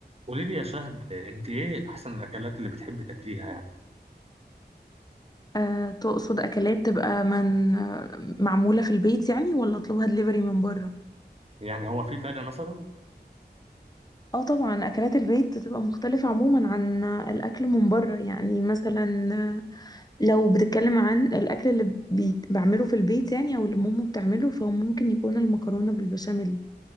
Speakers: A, on the right (about 35°); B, on the left (about 20°).
A: قولي لي يا شهد انت ايه احسن الاكلات اللي بتحبي تاكليها يعني
B: أه تقصد أكلات تبقى من آه، معمولة في البيت يعني ولا أطلبها دليفري من بره؟
A: يعني هو في فرق مثلا
B: اه طبعا أكلات البيت بتبقى مختلفة عموما عن الأكل من بره يعني مثلا آه، لو بتتكلم عن الأكل اللي بيت- بعمله في البيت يعني أو اللي ماما بتعمله فهو ممكن يكون المكرونة بالبشاميل